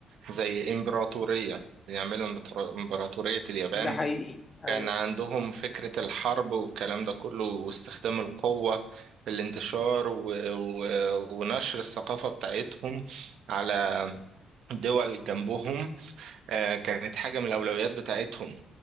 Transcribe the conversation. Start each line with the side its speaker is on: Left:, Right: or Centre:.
Right: زي إمبراطورية يعملوا إمبراطور- إمبراطورية اليابان
Left: ده حقيقي ايوه
Right: كان عندهم فكرة الحرب والكلام ده كله واستخدام القوة في الانتشار و... و... ونشر الثقافة بتاعتهم على دول جنبهم آه، كانت حاجة من الأولويات بتاعتهم